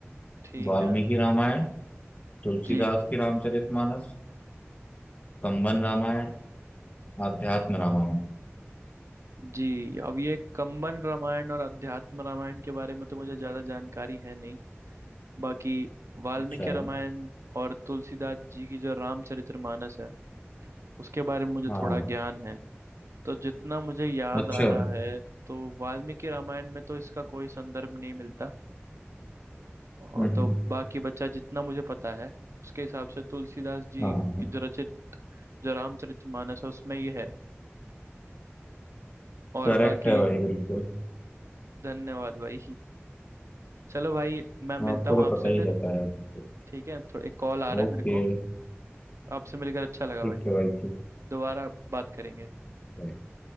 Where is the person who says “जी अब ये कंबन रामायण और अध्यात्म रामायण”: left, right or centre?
Right